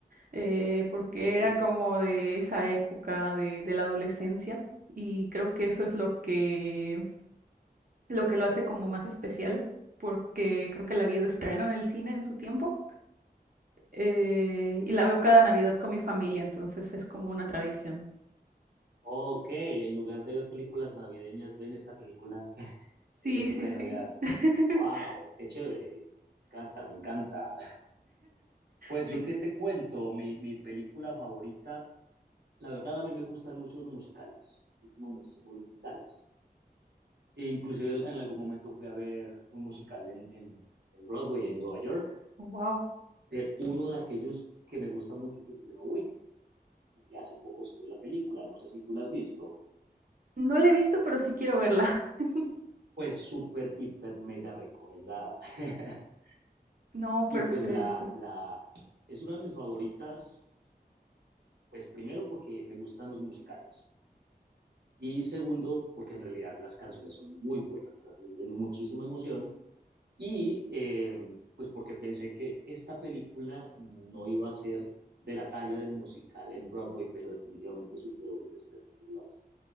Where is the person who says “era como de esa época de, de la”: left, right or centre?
Right